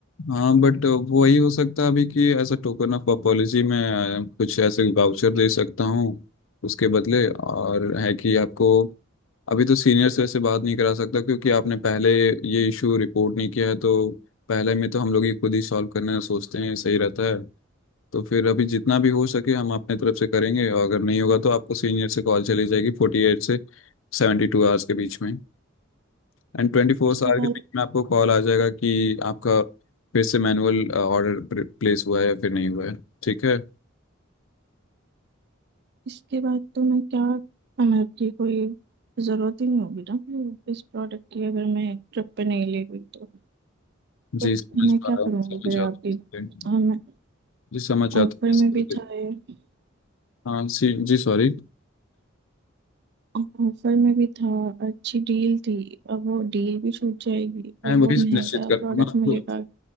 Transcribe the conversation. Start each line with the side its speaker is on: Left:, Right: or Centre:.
Left: हाँ बट वही हो सकता है अभी कि ऐसा टोकन ऑफ पॉलिसी में अ, कुछ ऐसे वाउचर दे सकता हूँ उसके बदले और है कि आपको अभी तो सीनियर से ऐसे बात नहीं करा सकता क्योंकि आपने पहले ये इशू रिपोर्ट नहीं किया है तो पहले में तो हम लोग ही खुद ही सॉल्व करना सोचते हैं सही रहता है तो फिर अभी जितना भी हो सके हम अपने तरफ से करेंगे और अगर नहीं होगा तो आपको सीनियर से कॉल चली जाएगी फोर्टी एट से सेवेंटी टू आवर्स के बीच में एंड ट्वेंटी फोर
Right: उसके
Left: आवर
Right: बाद
Left: के बीच में आपको कॉल आ जाएगा कि आपका फिर से मैनुअल ऑर्डर प्लेस हुआ है या फिर नहीं हुआ है ठीक है
Right: इसके बाद तो मैं क्या मतलब की कोई जरूरत ही नहीं होगी ना फिर इस प्रोडक्ट की अगर मैं ट्रिप पे नहीं ले गई तो
Left: जी
Right: तो
Left: समझ
Right: मैं
Left: पा
Right: क्या
Left: रहा हूँ
Right: करूँगी
Left: समझ
Right: फिर आपकी
Left: आता हूँ
Right: और मैं
Left: जी समझ आता
Right: ऑफर में
Left: हूँ
Right: भी था ये।
Left: हाँ सी जी सॉरी
Right: ऑफर में भी था अच्छी डील थी अब वो डील भी छूट जाएगी अब
Left: मैं वही
Right: वो
Left: सुनिश्चित
Right: महंगा
Left: कर रहा
Right: प्रोडक्ट
Left: हूँ ना आपको
Right: मिलेगा